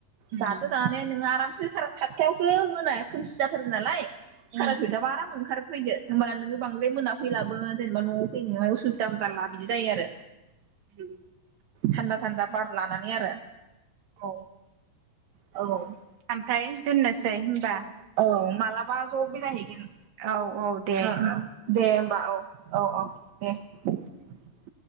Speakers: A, on the right; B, on the right.
A: उम
B: जादो जाना नै नोङा आराम <unintelligible> सा सातथायावसो मोना खोमसि जाथारो नालाय
A: उम
B: साराय सयथा बा आराम ओखार फैदो होमब्ला नोङो बांद्राय मोना फैलाबो जेनेबा न'आव फैनायावहाय उसुबिदाबो जाला बिदि जायो आरो।
A: उम
B: थान्दा थान्दा बार लानानै आरो ।
A: औ।
B: औ ।
A: ओमफ्राय दोननोसै होनबा?
B: औ मालाबा ज' बेरायहैगोन
A: औ औ दे
B: र' ओ। दे होमबा औ औ औ दे ।